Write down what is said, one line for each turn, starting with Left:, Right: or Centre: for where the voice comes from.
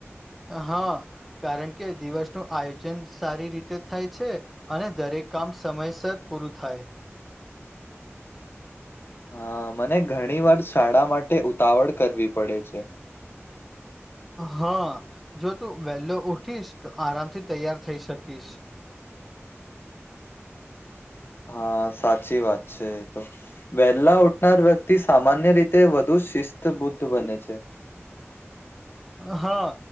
Centre: હા કારણ કે દિવસ ન આયોજન સારી રીતે થાય છે અને દરેક કામ સમયસર પૂરું થાય.
Left: હા મને ઘણી વાર શાળા માટે ઉતાવળ કરવી પડે છે
Centre: હા જો તું વેલો ઉઠીશ તો આરામથી તૈયાર થઈ શકીશ
Left: હા સાચી વાત છે એ તો. વહેલા ઉઠનાર વ્યક્તિ સામાન્ય રીતે વધુ શિસ્ત બુદ્ધ બને છે
Centre: હા